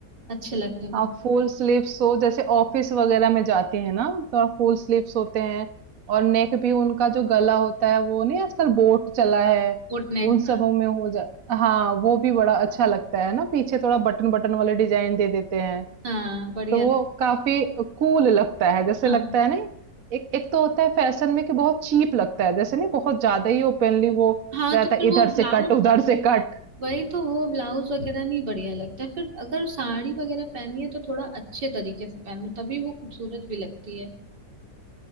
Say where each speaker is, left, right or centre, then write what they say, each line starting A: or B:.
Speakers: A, on the right; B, on the right.
A: अच्छे लगते हैं मुझे
B: आप फुल स्लीव्स हो जैसे ऑफिस वगैरह में जाती हैं ना, तो आप फुल स्लीव्स होते हैं और नेक भी उनका जो गला होता है, वो नहीं आजकल बोट चला है,
A: कोट नेक
B: उन सबों में हो जा हाँ, वो भी बड़ा अच्छा लगता है ना, पीछे थोड़ा बटन-बटन वाले डिज़ाइन दे देते हैं।
A: हाँ बढ़िया
B: तो वो काफी कूल लगता है जैसे
A: हाँ
B: लगता है नहीं एक एक तो होता है फैशन में कि बहुत चीप लगता है जैसे नहीं बहुत ज्यादा ही ओपनली वो
A: हाँ
B: रहता
A: तो फिर
B: है इधर
A: वो ब्लाउज
B: से कट उधर से कट
A: वही तो वो ब्लाउज वगैरह नहीं बढ़िया लगता है फिर अगर साड़ी वगैरह पहनी है तो थोड़ा अच्छे तरीके से पहनो तभी वो खूबसूरत भी लगती है